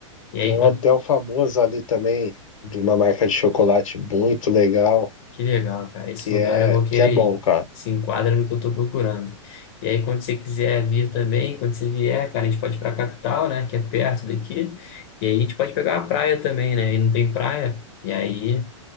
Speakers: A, on the left; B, on the left.
A: E
B: Tem
A: aí,
B: um
A: quando...
B: hotel famoso ali também, de uma marca de chocolate muito legal.
A: que legal, cara, esse
B: que
A: lugar
B: é,
A: eu vou querer
B: que é bom,
A: ir.
B: cara.
A: Se enquadra no que eu tô procurando. E aí, quando você quiser vir também, quando você vier, cara, a gente pode ir pra capital, né, que é perto daqui. E aí, a gente pode pegar uma praia também, né, e não tem praia. E aí,